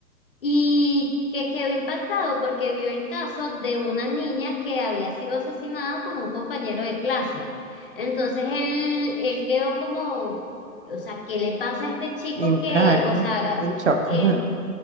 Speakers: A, on the left; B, on the right.
A: y que quedó impactado porque vio el caso de una niña que había sido asesinada por un compañero de clase. Entonces él, él quedó como, o sea, ¿qué le pasa a este chico
B: in-
A: que,
B: ajá,
A: o
B: en,
A: sea,
B: en shock.
A: él
B: <laughs>